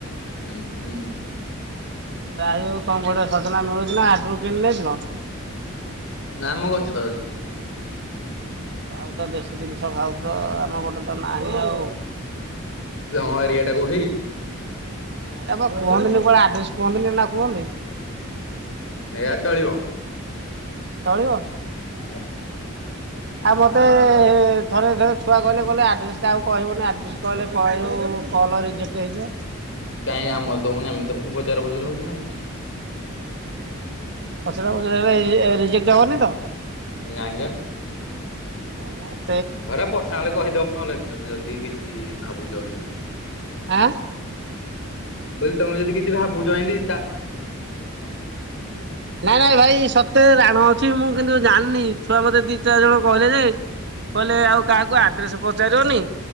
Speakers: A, on the left; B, on the right.
A: ହୁଁ ହୁଁ।
B: ଯାହି ହଉ ତମେ ପଟେ ସଜନା ମିଳୁଛି ନା ହାଟରୁ କିଣି ନେଇଥିଲ?
A: ନା ଆମ ଗଛ ଅଛି।
B: ପାଉଛ ଦେଶୀ ଜିନିଷ ଖାଉଛ ଆମ ଗୋଟେ ତ ନାହିଁ ଆଉ?
A: ତମ ଏରିଆ ଟା କୋଉଠିକି?
B: ଏଟା ପା କୁହନ୍ତିନି କଆଡେ ଆଡ୍ରେସ କୁହନ୍ତିନି ନା କୁହନ୍ତି?
A: ଏୟା ଚଳିବ
B: ଚଳିବ।
A: ହୁଁ।
B: ଆଉ ମତେ ଥରେ ଦିଥରେ ଛୁଆ କହିଲେ କହିଲେ ଆଡ୍ରେସ କାହାକୁ କହିବନି ଆଡ୍ରେସ କହିଲେ କଆଡୁଉ କଲ ରିଜେକ୍ଟ ହେଇଯିବ।
A: କାଇଁ ଆମର ତ ହୋଉନି ଆମେ ତ ଫୁଣି ପଚରା ପଚରି ହୋଉଚୁ ନା ନାଇଁ।
B: ପଚରା ପଚୁରି ହେଲେ ଇ ଏ ରିଜେକ୍ଟ ହବନି ତ?
A: ନାହିଁତ।
B: ଆମର
A: ଘର ପର୍ସନାଲ କହିଦବ ନହେଲେ ତମେ ଯଦି କିଛି ଭାବୁଛ ଏମତି।
B: ଆଁ।
A: ମୁଁ କହିଲି ତମେ ଜଦି କିଛି ଭାବୁଛ ଏନ୍ତି
B: ନାଇଁ ନାଇଁ ଭାଇ ସତେରେ ରା ଣ ଅଛି ମୁଁ କିନ୍ତୁ ଜାନି ଛୁଆ ମତେ ଦି ଚାରି ଜଣ କହିଲେ ଯେ କହିଲେ ଆଉ କାହାକୁ ଆଡ୍ରେସ ପଚାରିଅନି